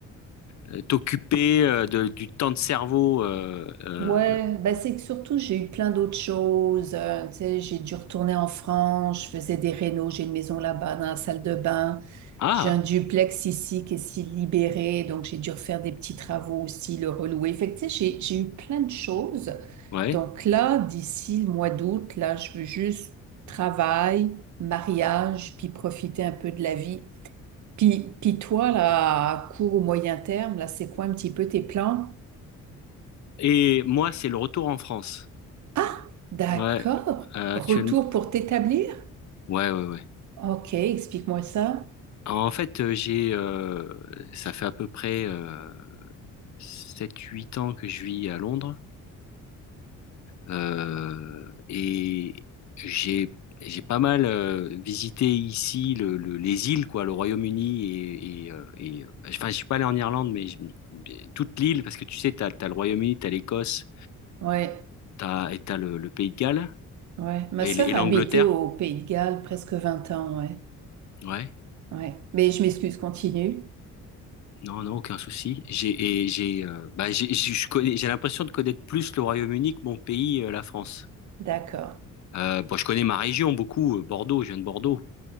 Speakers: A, on the left (about 65°); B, on the right (about 70°).
A: euh, t'occuper euh, de- du temps de cerveau. euh, euh.
B: Ouais, bah c'est que surtout j'ai eu plein d'autres choses. euh, tu sais, j'ai dû retourner en France, je faisais des rénaux, j'ai une maison là-bas dans la salle de bain.
A: Ah,
B: J'ai un duplex ici qui est si libéré, donc j'ai dû refaire des petits travaux aussi, le relouer. Fait que, tu sais, j'ai, j'ai eu plein de choses.
A: ouais.
B: Donc là, d'ici le mois d'août, là, je veux juste travail, mariage, puis profiter un peu de la vie. Puis, puis toi, là, à court ou moyen terme, là, c'est quoi un petit peu tes plans?
A: Et moi, c'est le retour en France.
B: Ah, d'accord.
A: Ouais, euh, actuellement.
B: Retour pour t'établir?
A: Ouais, ouais, ouais.
B: Ok, explique-moi ça.
A: En fait, euh, j'ai, euh, ça fait à peu près euh, 7-8 ans que je vis à Londres. Euh, et j'ai j'ai pas mal euh, visité ici le, le- les îles, quoi, le Royaume-Uni et, et, euh, et, euh, enfin, je suis pas allé en Irlande, mais je- toute l'île, parce que tu sais, t'as, t'as le Royaume-Uni, t'as l'Écosse,
B: Ouais,
A: t'as, et t'as le, le Pays de Galles
B: ouais. Ma
A: et,
B: sœur
A: l- et l'Angleterre.
B: a habité au Pays de Galles presque 20 ans, ouais.
A: Ouais,
B: Ouais. Mais je m'excuse, continue.
A: non, non, aucun souci. J'ai et j'ai euh, bah, j'ai je je connais, j'ai l'impression de connaître plus le Royaume-Uni que mon pays, euh, la France.
B: D'accord,
A: Euh, bon, je connais ma région beaucoup, euh, Bordeaux, je viens de Bordeaux,